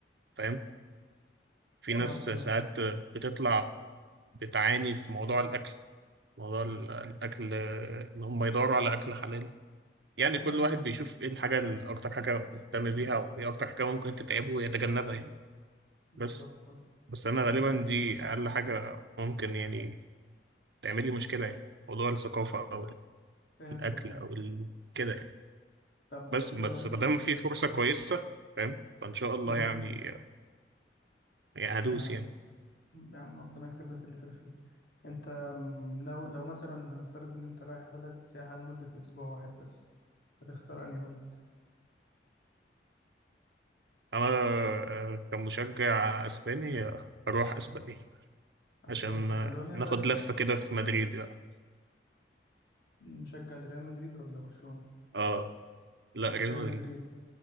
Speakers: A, on the right; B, on the left.
A: فاهم في ناس
B: اه تمام
A: ساعات بتطلع بتعاني في موضوع الاكل موضوع ال- الاكل آه، ان هم يدوروا على اكل حلال يعني
B: تمام
A: كل واحد بيشوف ايه الحاجة ال- اكتر حاجة مهتم بيها وايه اكتر حاجة ممكن تتعبه ويتجنبها يعني
B: بالظبط
A: بس
B: طب
A: بس انا غالبا
B: آه
A: دي اقل حاجة ممكن يعني تعمل لي مشكلة يعني موضوع الثقافة او
B: فهمتك
A: الاكل
B: أيوة
A: او ال... كده يعني
B: طب
A: بس بس
B: آه سي...
A: ما دام في
B: سي...
A: فرصة كويسة فاهم فان شاء الله
B: مم.
A: يعني يعني هدوس
B: آه،
A: يعني
B: يا عم ربنا يكتب لك اللي في الخير انت م- لو لو مثلا هنفترض ان انت رايح بلد سياحة لمدة اسبوع واحد بس هتختار انهي بلد
A: انا آه، كمشجع اسباني آه، هروح اسبانيا
B: هتروح
A: عشان
B: كاتالونيا
A: آه، ناخد
B: دايركت
A: لفة كده في مدريد بقى
B: مشجع لريال مدريد ولا برشلونة
A: اه لا ريال
B: ريال
A: مدريد
B: مدريد